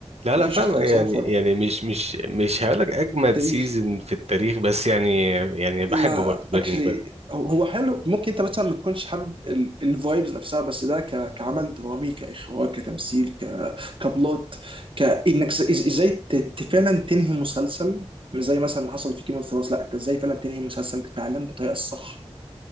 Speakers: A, on the right; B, on the right.
A: لا
B: ما
A: لا
B: فيش
A: فاهم
B: اختلاف
A: يعني
B: صح ولا
A: يعني مش مش مش هقول لك اجمد
B: التاريخ
A: سيزون في التاريخ بس يعني يعني بحبه
B: لا
A: برضه بريكنج
B: اكشلي
A: باد
B: هو حلو ممكن انت مثلا ما تكونش حابب الفايبز نفسها بس ده ك- كعمل درامي كاخراج كتمثيل ك كبلوت كانك ز- إز- ازاي ت- ت- فعلا تنهي مسلسل مش زي مثلا ما حصل في جيم اوف ثرونز لا انت ازاي فعلا تنهي مسلسل فعلا بالطريقه الصح